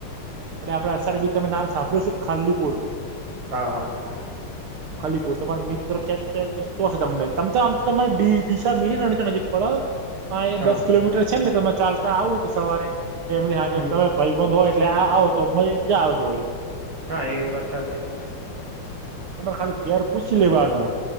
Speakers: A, on the right; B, on the right.
A: અનેટ આપે અસાર બી તમે નામ સાંભળ્યું છે, ખરલીપુર.
B: હા, હા.
A: ખલીપુર તમારો મિત્ર ક્યાં? તો હશે, તમને તમ તો આમ તો તમા દિશા મીની છે, નજીક પડ હ,
B: હા
A: દસ
B: હા
A: કિલોમીટર છે ને, તમે ચાલતા આવું, સવારે ફેમિલી સાથે
B: હમ
A: તમે. ભાઈ-બંધ હોય, એટલે આવો તો મજજા આવે હોડી.
B: હા, એ વ્યવસ્થા છે ત
A: તમારે ખાલી કેર, પૂછી લેવાનું.